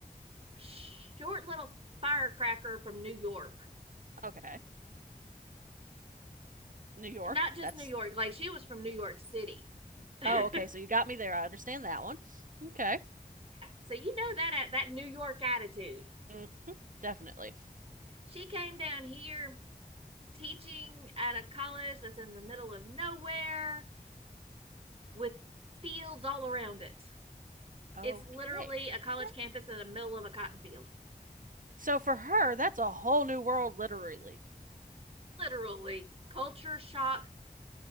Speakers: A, on the right; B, on the right.
A: short little firecracker from New York.
B: Okay. New York.
A: Not just
B: That's,
A: New York, like she was from New York City. <laughs> yeah,
B: oh, okay. So you got me there. I understand that one. Okay.
A: so you know that uh, that New York attitude.
B: Mm, definitely.
A: She came down here teaching at a college that's in the middle of nowhere. with fields all around it.
B: Okay.
A: It's literally a college
B: Yeah.
A: campus in the middle of a cotton field.
B: So for her, that's a whole new world, literally.
A: Literally, culture shock